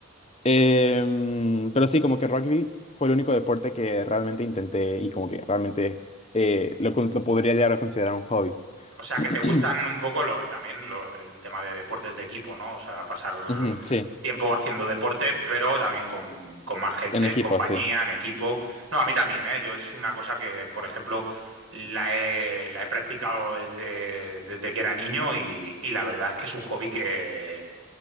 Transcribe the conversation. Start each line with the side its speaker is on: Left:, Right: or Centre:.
Left: Em, pero sí, como que rugby fue el único deporte que realmente intenté y como que realmente eh, lo, con- lo podría llegar a considerar un hobby.
Right: O sea,
Left: <clears throat>
Right: que te gustan un poco lo, también lo- el tema de deportes de equipo, ¿no? O sea, pasar
Left: Ujú, sí,
Right: tiempo haciendo deporte, pero también con, con más gente,
Left: en equipo,
Right: en compañía,
Left: sí.
Right: en equipo. No, a mí también, ¿eh? Yo es una cosa que, por ejemplo, la he, la he practicado desde, desde que era niño y, y la verdad es que es un hobby que,